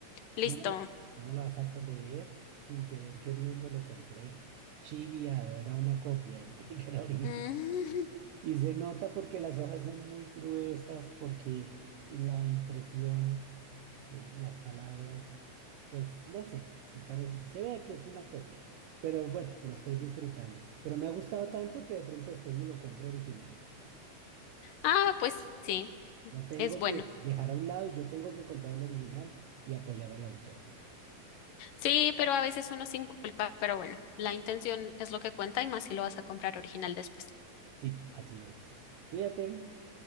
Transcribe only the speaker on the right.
No me lo, no me lo vas a creer. Sin querer queriendo lo compré chiviado. Era una copia. Yo <laughs> creí que era original.
Y se nota porque las hojas son muy gruesas, porque la impresión, eh, las palabras, pues no sé, se parece, se ve que es una copia. Pero bueno, lo estoy disfrutando. Pero me ha gustado tanto que de pronto después me lo compro original.
Lo tengo
que dejar a un lado y yo tengo que comprar el original y apoyar al autor.
Sí, así es. Cuídate.